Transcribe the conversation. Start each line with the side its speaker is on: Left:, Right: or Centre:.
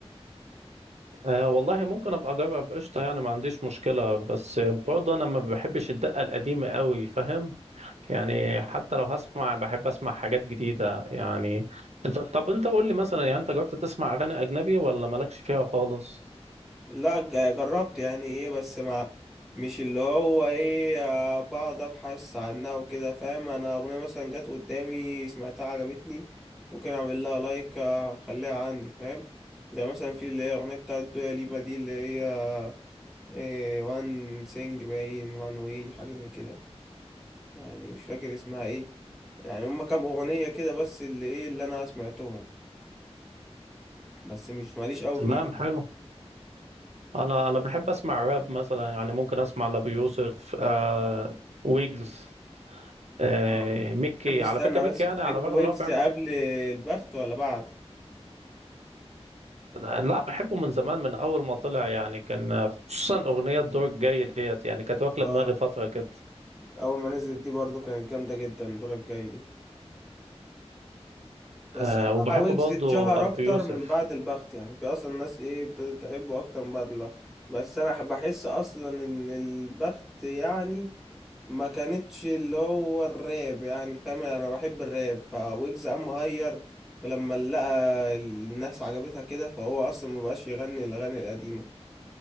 Right: آه والله ممكن أبقى أجرب قشطة يعني ما عنديش مشكلة بس برضه أنا ما بحبش الدقة القديمة قوي فاهم يعني حتى لو هسمع بحب اسمع حاجات جديدة يعني انت طب انت قول لي مثلا يعني انت جربت تسمع اغاني اجنبي ولا مالكش فيها خالص
Centre: لا ج- جربت يعني ايه بس مع مش اللي هو ايه آه، بقعد ابحث عنها وكده فاهم انا اغنية مثلا جت قدامي سمعتها عجبتني ممكن اعمل لها لايك آه، اخليها عندي فاهم زي مثلا في اللي هي اغنية بتاعت دويا ليبا دي اللي هي آه، إيه وان سينج باين وان واي حاجة زي كده يعني مش فاكر اسمها ايه يعني هما كام اغنية كده بس اللي ايه اللي انا سمعتهم بس مش ماليش قوي
Right: تمام
Centre: فيهم
Right: حلو انا انا بحب اسمع راب مثلا يعني ممكن اسمع لابو يوسف آه ويجز آه
Centre: اه
Right: ميكي
Centre: بتحب استنى
Right: على فكرة ميكي
Centre: بس
Right: يعني
Centre: بتحب
Right: على الرغم
Centre: ويجز
Right: ان هو بيعمل
Centre: قبل البخت ولا بعد
Right: لا بحبه من زمان من اول ما طلع يعني كان خصوصا اغنية دور الجاي ديت يعني كانت واكلة
Centre: اه
Right: دماغي فترة كده
Centre: اول ما نزلت دي برضو كانت جامده جدا الدور الجاي دي بس
Right: آه وبحب
Centre: هو ويجز
Right: برضه
Centre: اتشهر
Right: ابو
Centre: اكتر
Right: يوسف
Centre: من بعد البخت يعني في اصلا ناس ايه ابتدت تحبه اكتر من بعد البخت بس انا أحب- بحس اصلا ان البخت يعني ما كانتش اللي هو الراب يعني فاهم انا بحب الراب فويجز قام مهير ولما لقى الناس عجبتها كده فهو اصلا ما بقاش يغني الاغاني القديمه